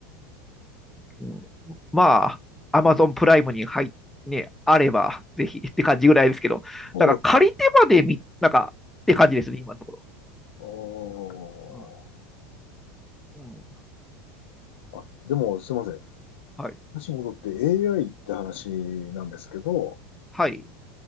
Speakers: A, in the centre; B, on the left.
A: うん、まあ、アマゾンプライムに入っね、あれば、ぜひって感じぐらいですけど、
B: おあ
A: なんか借りてまでみ、なんかって感じですね、今のところ。
B: ー
A: うん。うん、
B: あ、でもすいません。
A: はい。
B: 話に戻って AI って話なんですけど、
A: はい。